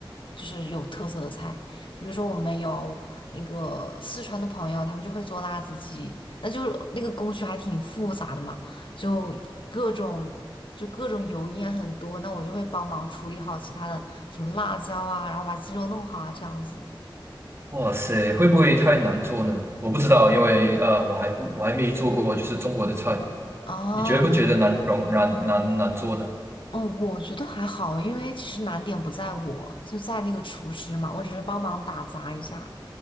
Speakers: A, on the left (about 70°); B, on the right (about 30°).
A: 就是有特色的菜，就比如说我们有那个四川的朋友，他们就会做辣子鸡，那就是那个工序还挺复杂的嘛，就各种就各种油烟很多，那我就会帮忙处理好其他的什么辣椒啊，然后把鸡肉弄好啊这样子。
B: 哇塞，会不会太难做呢？我不知道，因为呃，我还不我还没做过，就是中国的菜。
A: 哦
B: 你觉不觉得难容难难难做呢？
A: 嗯，我觉得还好，因为其实难点不在我，就在那个厨师嘛，我只是帮忙打杂一下。